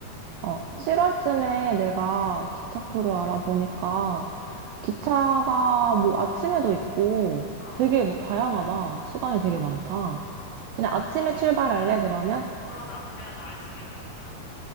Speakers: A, on the right; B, on the left.
A: 어, 7월쯤에 내가
B: 어,
A: 기차표를
B: 응,
A: 알아보니까
B: 응.
A: 기차가 뭐 아침에도 있고
B: 아,
A: 되게 막 다양하다. 시간이 되게 많다.
B: 음,
A: 그냥 아침에
B: 아주
A: 출발할래,
B: 있구나.
A: 그러면?
B: 그러자. 그래야 더 알차게 보니까.